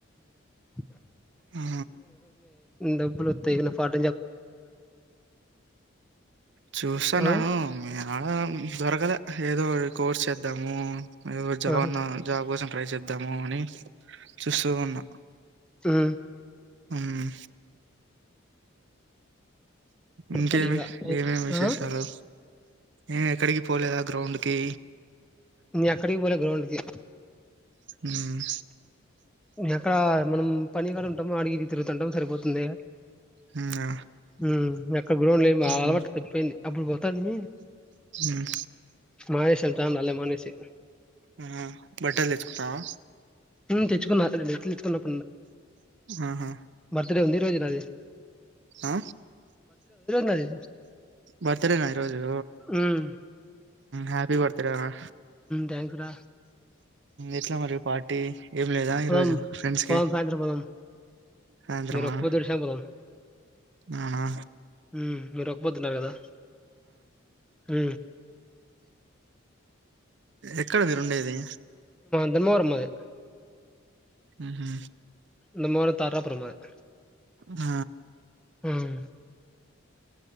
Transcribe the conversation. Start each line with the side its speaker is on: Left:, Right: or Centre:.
Centre: ఉమ్ <unintelligible>
Right: ఆ
Centre: డబ్బులు వత్తయ్ ఇన ఫార్
Right: చూస్తాన్నాను
Centre: ఆ
Right: మీ ఆడ దొరకలే, ఏదో కోర్స్ చేద్దాము ఏదో ఒకటి జాబన్న
Centre: ఆహా
Right: జాబ్ కోసం ట్రై చే ఇద్దాము అని చూస్తూ ఉన్నా.
Centre: ఉమ్
Right: ఉమ్
Centre: చెప్పాలి
Right: ఇంకేమి,
Centre: ఇంగా
Right: ఏమేమి విశేషాలు.
Centre: ఆ
Right: ఏం ఎక్కడికి పోలేదా గ్రౌండ్కి
Centre: నీ ఎక్కడికి పోలే గ్రౌండ్కి
Right: ఉమ్
Centre: మీయక్కా మనం పనిగాడ ఉంటము, అడిగిడిగి తిరుగుతుంటం సరిపోతుంది.
Right: అవునా
Centre: ఉమ్ మీ అక్క గ్రౌండ్ లే
Right: ఉమ్,
Centre: అలవాటు తప్పిపోయింది. అప్పుడు పో తను మీ
Right: ఉమ్,
Centre: మహేశ యెల్తనలేమనేసి
Right: ఆహా బట్టలు తెచ్చుకున్నావా
Centre: ఉంతే గున్న అతని నెట్లు తెచ్చుకున్నాం
Right: ఆహా
Centre: బర్త్డే ఉంది ఈ రోజునాది
Right: ఆ
Centre: నాది
Right: బర్త్డేనా ఈరోజు
Centre: ఉమ్
Right: హ్యాపీ బర్త్ బర్త్డే వ
Centre: థ్యాంక్స్ రా
Right: ఎట్లా మరి పార్టీ ఏం లేదా ఈరోజు
Centre: పోదాం
Right: ఫ్రెండ్స్కి
Centre: పోదాం సాయంత్రం పోదాం
Right: సాయంత్రమా
Centre: మీరు ఒక్క పొద్దు ఏడిసినా పోదాం
Right: నావునా
Centre: ఉమ్ మీరు ఒక్ పోతున్నారు కదా హు
Right: ఎక్కడ మీరుండేది
Centre: నెల్లు వర్మదే
Right: ఉహు
Centre: దాని ముంగడ తారపురము మాది
Right: ఆ
Centre: హ్మ్